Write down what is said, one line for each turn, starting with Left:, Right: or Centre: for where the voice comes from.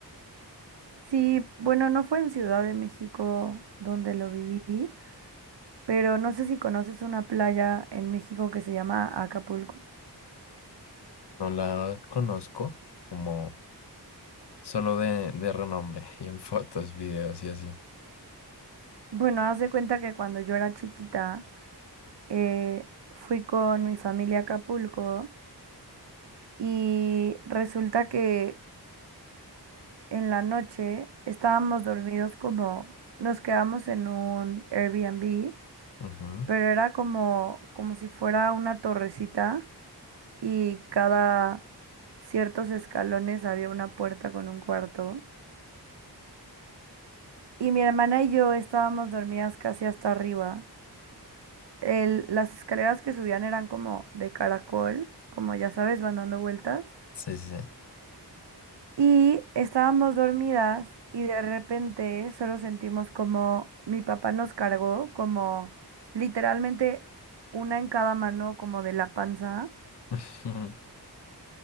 Right: Sí, bueno, no fue en Ciudad de México donde lo viví, pero no sé si conoces una playa en México que se llama Acapulco.
Left: No la conozco, como solo de, de renombre y en fotos, videos y así.
Right: Bueno, haz de cuenta que cuando yo era chiquita, eh, fui con mi familia a Acapulco y resulta que en la noche estábamos dormidos como nos quedamos en un Airbnb.
Left: Ujú.
Right: pero era como, como si fuera una torrecita y cada ciertos escalones había una puerta con un cuarto. Y mi hermana y yo estábamos dormidas casi hasta arriba. El- las escaleras que subían eran como de caracol, como ya sabes, van dando vueltas.
Left: Sí, sí.
Right: Y estábamos dormidas y de repente solo sentimos como mi papá nos cargó, como literalmente una en cada mano, como de la panza.
Left: <laughs>